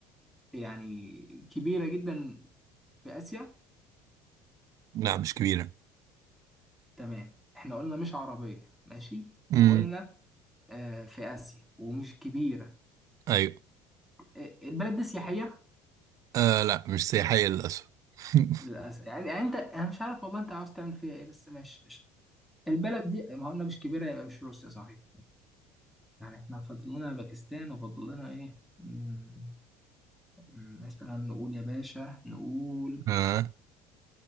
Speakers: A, in the centre; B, on the right (about 50°).
A: يعني كبيره جدا في اسيا
B: لا مش كبيرة
A: تمام احنا قلنا مش عربيه ماشي
B: امم
A: وقلنا آه، في آسيا ومش كبيرة
B: ايوه
A: البلد دي سياحية
B: آه لا مش سياحية للأسف <laughs>
A: للأسف يعني يعني أنت أنا مش عارف والله أنت عاوز تعمل فيها إيه بس ماشي قشطة. البلد دي ما قلنا مش كبيرة يبقى مش روسيا صحيح يعني إحنا فاضل لنا باكستان وفاضل لنا إيه مم، مم، مثلا نقول يا باشا نقول
B: اه